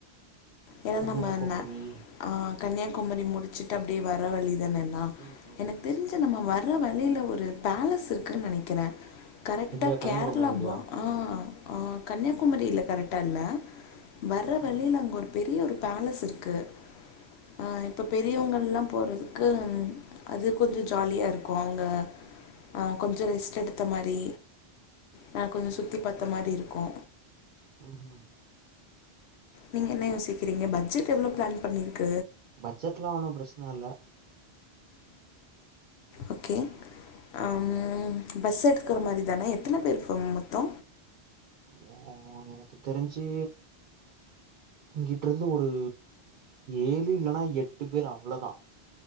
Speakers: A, on the left (about 75°); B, on the right (about 55°).
A: இத
B: கன்னியாகுமரி.
A: நம்ம வந்த ஆஹ் கன்னியாகுமரி மூட் ச்ட்டு அப்டியே வர வழிதா அண்ணா
B: ம், ம்.
A: எனக்கு தெரிஞ்ச நம்ம வர வர வழியில ஒரு பேலஸ் இருக்குன்னு நெனைக்கற கரெக்டா
B: எங்க
A: கேரளாப்ப
B: கன்னியாகுமரிலயா?
A: ஆஹ் ஆ கன்னியாகுமரியில கரெக்டா இல்ல வர
B: ஆ.
A: வழியிலங்க ஒரு பெரிய ஒரு பேலஸ் இருக்கு அ இப்ப பெரியவங்கல்லா போறதுக்கு அது அது கொஞ்சோ ஜாலியா இருக்கு அவங்க அஹ் கொஞ்ச ரெஸ்ட் எடுத்த மாரி நா கொஞ்சோ சுத்தி பாத்த மாரி இருக்கு
B: உஹ்ம்
A: நீங்க என்ன யோசிக்கிறீங்க பட்ஜட் எவ்ளோ ப்ளான் பண்ணிருக்கு
B: பட்ஜெட்லா ஒண்ணு பிரச்சன இல்ல
A: ஓகே அ ம் பஸ் எடுத்துக்கற மாரி தானே எத்தன பேர்ப்ப மொத்தோ
B: ஓ எனக்கு தெரிஞ்சு இங்கிட்றிந்து ஒரு ஏழு இல்லன்னா எட்டு பேர் அவ்ளதா